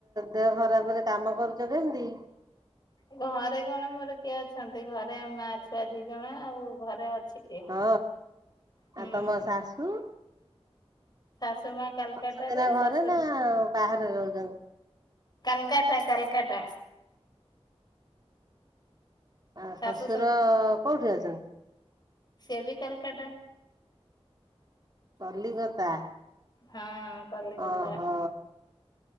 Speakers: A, on the right (about 40°); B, on the left (about 40°).
A: ଦେହ ଖରାପରେ କାମ କରୁଛ କେମିତି?
B: ଘରେ କଣ ମୋର କିଏ ଅଛନ୍ତି ଘରେ ମା ଛୁଆ ଦି ଜଣ ଆଉ ଘରେ ଅଛି କିଏ?
A: ହଁ
B: ହୁଁ
A: ଆଉ ତମ ଶାଶୁ?
B: ଶାଶୁ ମା କାଲକାଟାରେ
A: ଅଛନ୍ତି ନା ଘରେ
B: ଶଶୁର
A: ନା ବାହାରେ ରହୁଛନ୍ତି?
B: କାଲକାଟା କାଲକାଟା।
A: ଆ
B: ଶାଶୁ
A: ଶଶୁର କୋଉଠି ଅଛନ୍ତି?
B: ସେ ବି କାଲକାଟା
A: କଲିକତା
B: ହଁ କଲିକତା।
A: ଓହୋ।